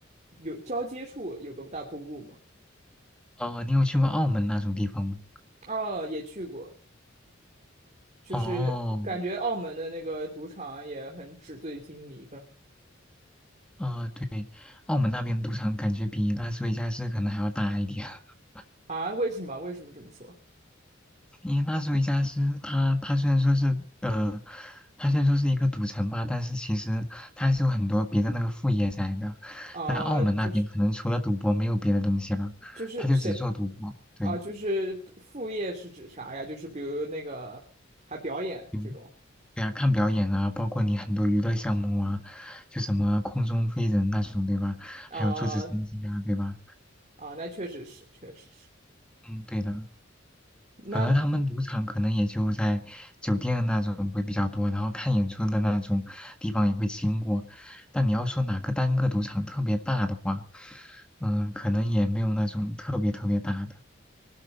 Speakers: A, on the right (about 35°); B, in the centre.
A: 有交接处有个大瀑布吗？
B: 哦、你有去过澳门那种地方吗？
A: 哦，也去过，就是感觉澳门的那个赌场也很纸醉金迷吧？
B: 哦，啊，对，澳门那边赌场感觉比拉斯维加斯可能还要大一点，<laughs>
A: 啊，为什么？为什么这么说？
B: 因为拉斯维加斯它它虽然说是呃，它虽然说是一个赌城吧，但是其实它还是有很多别的那个副业在的，
A: 啊，
B: 但澳门那边可能除了赌博没有别的东西了，
A: 就是。就是谁
B: 它就只做赌博，对。
A: 啊？就是副业是指啥呀？就是比如那个还表演这种
B: 嗯对啊，看表演啊，包括你很多娱乐项目啊，就什么空中飞人那种，对吧？
A: 啊
B: 还有坐直升机啊，对吧？
A: 啊，那确实是，确实是。
B: 嗯，对的。
A: 那
B: 反而他们赌场可能也就在酒店那种会比较多，然后看演出的那种地方也会经过。但你要说哪个单个赌场特别大的话，嗯，可能也没有那种特别特别大的。